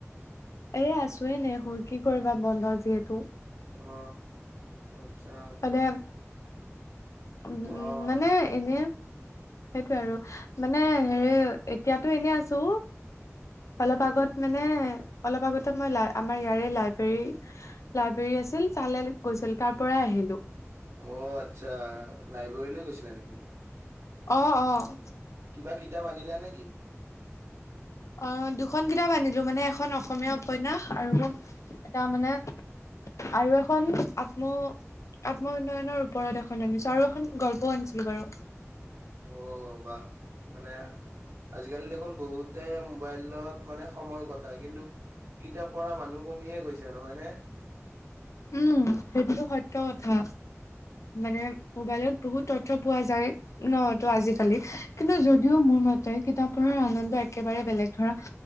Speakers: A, on the left (about 75°); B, on the right (about 60°).
A: এই আছো এনে শুই কি কৰিবা বন্ধ যিহেতু।
B: অ। আচ্ছা।
A: মানে উম উম
B: অ
A: মানে এনে সেইটোয়ে আৰু মানে হেৰি এতিয়াতো এনে আছো। অলপ
B: উম
A: আগত মানে অলপ আগতে মই লাই আমাৰ ইয়াৰে লাইব্ৰেৰী লাইব্ৰেৰী আছিল তালে গৈছিল তাৰ পৰাই আহিলো।
B: অ আচ্ছা লাইব্ৰেৰীলৈ গৈছিলা নেকি?
A: অ', অ',
B: কিবা কিতাপ আনিলা নেকি?
A: আহ, দুখন কিতাপ আনিলো মানে এখন অসমীয়া উপন্যাস আৰু এটা মানে আৰু এখন আত্ম আত্ম উন্নয়নৰ ওপৰত এখন আনিছো আৰু এখন গল্পও আনিছিলো বাৰু।
B: অ বাহ মানে আজিকালি দেখোন বহুতে মোবাইলত মানে সময় কটায় কিন্তু কিতাপ পঢ়া মানুহ কমিয়ে গৈছে নহয়নে?
A: উম, সেইটোতো সত্য কথা। মানে মোবাইলত বহুত তথ্য পোৱা যায়। ন' এই তটো আজিকালি কিন্তু যদিও মোৰ মতে কিতাপ পঢ়াৰ আনন্দ একেবাৰে বেলেগ ধৰা।